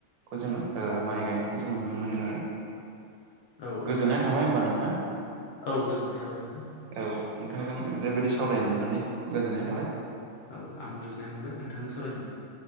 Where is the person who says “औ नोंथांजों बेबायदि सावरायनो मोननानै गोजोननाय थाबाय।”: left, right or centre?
Right